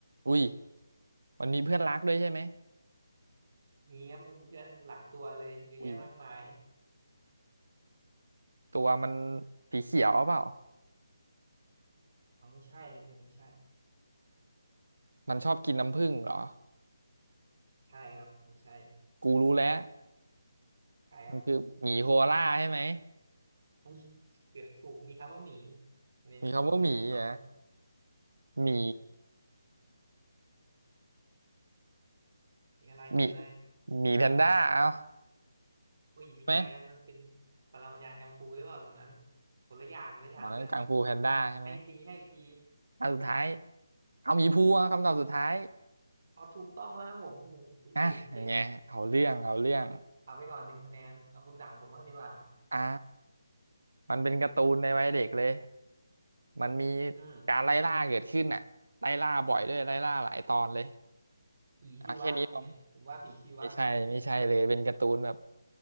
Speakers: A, on the right; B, on the right.
A: อุ้ยมันมีเพื่อนรักด้วยใช่ไหม
B: มีครับมนีเพื่อนหลายตัวเลยเยอะแยะมากมาย
A: อุ้ยตัวมันสีเขียวเปล่า
B: อังไม่ใช่ครับยังไม่ใช่
A: มันชอบกินน้ำผึ้งเหรอ
B: ใช่ครับไม่ใช่
A: กูรู้แล้ว
B: ใช่ครับ
A: มันคือหมีโคอาล่าใช่ไหม
B: อุ้ยเกือบถูกมีคำว่าหมีอันนี้มีคำว่าหมีแน่นอน
A: มีคำว่าหมีเหรอ่ะหมี
B: มีอะไรมีอะไร
A: หมีหมีแพนด้าเอา
B: อุ้ยไม่ใช่นะนั่นเป็น
A: ใช่ไหม
B: ปรมาจารย์กังฟูหรือเปล่าตอนนั้นคนละอย่างคนละอย่างเพื่อน
A: อ๋อนั้นกังฟูแพนด้าใช่ไหม
B: ให้อีกทีให้อีกที
A: อันสุดท้ายเอาหมีภูอ่ะคำตอบสุดท้าย
B: อ๋อถูกต้องแล้วครับผมโอ้โหเก่งเก่ง
A: อ่ะอย่างเงี้ยเอาเรื่องเอาเรื่อง
B: เอาไปก่อนหนึ่งคะแนนเอาคุณถามผมบ้างดีกว่า
A: อ่ามันเป็นการ์ตูนในวัยเด็กเลยมันมี
B: อืม
A: การไล่ล่าเกิดขึ้นอ่ะไล่ล่าบ่อยด้วยไล่ล่าหลายตอนเลย
B: ผีชีวะเนี่ยผมว่าผีชีวะ
A: อ่ะแค่นี้พอไม่ใช่ไม่ใช่เลยเป็นการ์ตูนแบบ